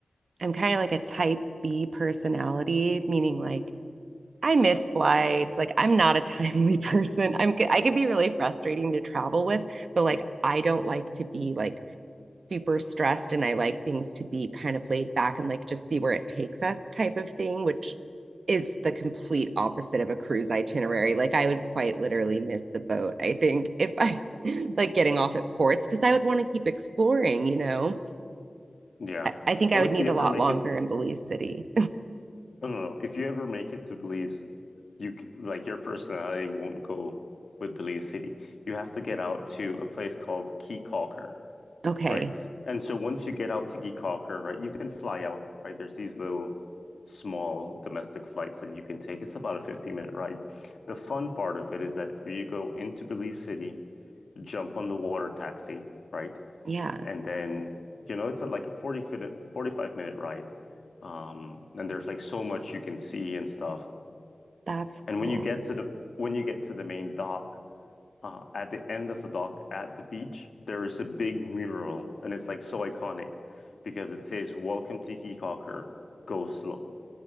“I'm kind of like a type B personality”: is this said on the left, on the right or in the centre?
Right